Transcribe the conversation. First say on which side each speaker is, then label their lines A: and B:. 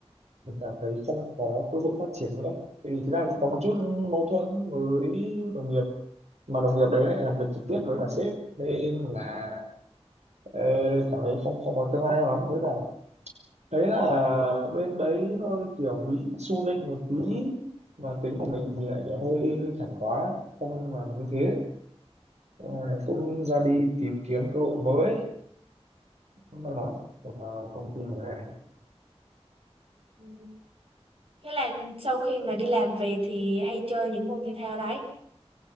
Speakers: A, on the right (about 90°); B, on the right (about 55°).
A: mình cảm thấy không có cơ hội phát triển nữa tại vì thực ra cũng có một chút mâu thuẫn với đồng nghiệp mà đồng nghiệp đấy lại làm việc trực
B: à,
A: tiếp với cả sếp nên là Ê, cảm thấy không không có tương lai lắm với cả thấy là bên đấy hơi kiểu bị su nịnh một tí mà tính của mình thì lại kiểu hơi hơi thẳng quá không làm được như thế Ờ, cũng ra đi tìm kiếm cơ hội mới cũng may mắn được vào công ty mới này
B: ừ. thế là sau khi mà đi làm về thì hay chơi những môn thể thao đấy